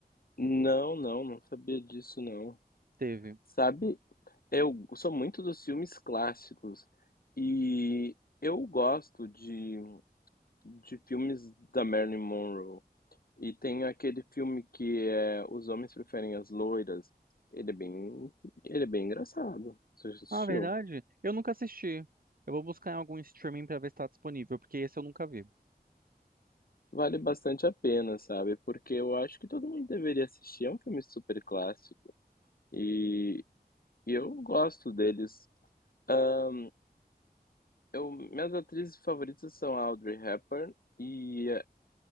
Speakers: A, on the left; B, on the right.
A: Não, não, não sabia disso não.
B: Teve.
A: Sabe, eu sou muito dos filmes clássicos e eu gosto de, de filmes da Marilyn Monroe. E tem aquele filme que é Os Homens Preferem as Loiras. Ele é bem, ele é bem engraçado. Você já assistiu?
B: Ah, verdade? Eu nunca assisti. Eu vou buscar em algum streaming pra ver se tá disponível, porque esse eu nunca vi.
A: Vale bastante a pena, sabe? Porque eu acho que todo mundo deveria assistir. É um filme super clássico e, e eu gosto deles. Ah, Eu, minhas atrizes favoritas são a Audrey Hepburn e, a-